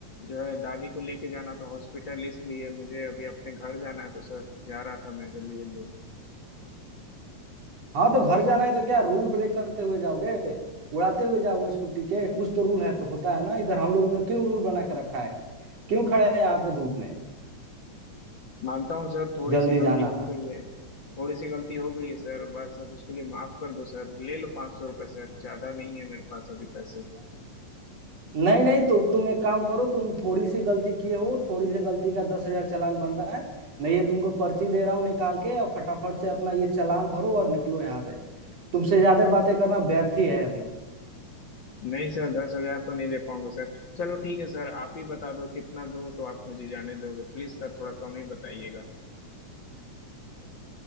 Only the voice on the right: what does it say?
हाँ तो घर जाना है तो क्या रूल ब्रेक करते हुए जाओगे उड़ाते हुए जाओगे स्कूटी के कुछ तो रूल है तो होता है ना इधर हम लोगों ने क्यों रूल बना के रखा है क्यों खड़े हैं यहाँ पे धूप में
जल्दी
जाना
था
नहीं नहीं तो तुम एक काम करो तुम थोड़ी सी गलती किए हो थोड़ी सी गलती का दस हजार चालान बन रहा है मैं ये तुमको पर्ची दे रहा हूँ निकाल के और फटाफट से अपना ये चालान भरो और निकलो यहाँ से तुमसे ज्यादा बातें करना व्यर्थ ही है अभी